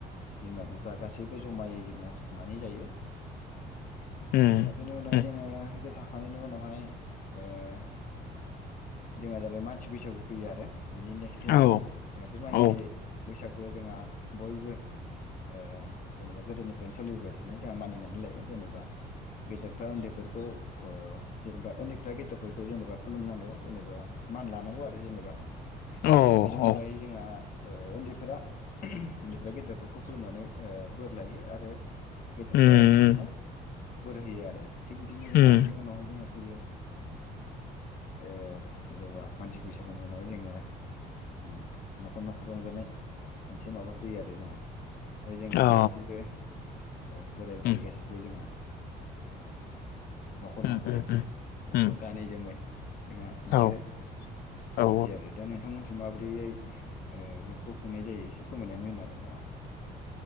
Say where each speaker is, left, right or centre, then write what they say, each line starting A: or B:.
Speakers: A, on the left; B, on the left.
A: बिमा-बिफा गासैबो जमायै जोङो संनानै जायो।
B: उम
A: दा बेनि उनावहाय
B: उम
A: जोङो बे जा थांनायनि उनावहाय ओ जोंहा जाबाय मानसि बैसागु फैयो आरो बिनि नेक्स्ट दिनावहाय
B: औ
A: जोंहा बे मानसि
B: औ
A: बैसा खौ जोंहा बयबो ओ जेनेबा गोदोनिफ्रायनो सोलिबोबाय थानाय जोंहा मानिनानै लायो जेनेबा गेदर फ्रा उन्दैफोरखौ ओ जेनेबा उन्दैफ्रा गेदेरफोरखौ जेनेबा खुलुमनांगौ जेनेबा मान लानांगौ आरो जेनेबा
B: औ
A: बेनि उनावहाय
B: औ
A: जोंहा ओ उन्दै फोरा उन्दैफोरा गेदेरफोरखौ खुलुमनानै ओ बोर लायो आरो गेदेरफोरा
B: उम
A: उन्दैफोरनो बोर होयो आरो। थिग बिदिनो जोंहा
B: उम
A: बिनि उनावहाय जोङो फैयो ओ जेनेबा मानसि बै औनुनाय जोङो उम न'खर न'खर रंजानाय मोनसे माबा फैयो आरो जोंहा। ओ जोङो
B: अ
A: गासिबो औ बोराय बुरि
B: उम
A: गासिबो जोंहा न'खर
B: उम
A: न'खरै
B: उम
A: जेनेबा
B: उम उम
A: गानै जोमै जोंहा ओंखारो
B: औ औ
A: बिदि आरो दा नोंथांमोनथि माब्रैयै ओ बेफो खौ खुंनाय जायो एसे फोरमायनानै होनो हागोन नामा?